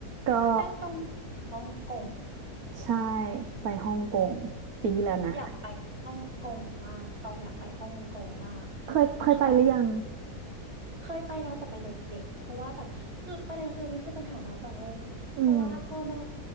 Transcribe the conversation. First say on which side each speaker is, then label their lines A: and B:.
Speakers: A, on the right; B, on the right.
A: ก็
B: แป้งตองอยากไปฮ่องกง
A: ใช่ไปฮ่องกงปีที่แล้วนะ
B: อยากไปฮ่องกงมากตองอยากไปฮ่องกงมาก
A: เคยเคยไปหรือยัง
B: คือแบบเคยไปแล้วแต่ไปเด็กๆเพราะว่าแบบคือประเด็นคืออันนี้คือปัญหาบ้านตองเว้ยเพราะว่าพ่อแม่
A: อืม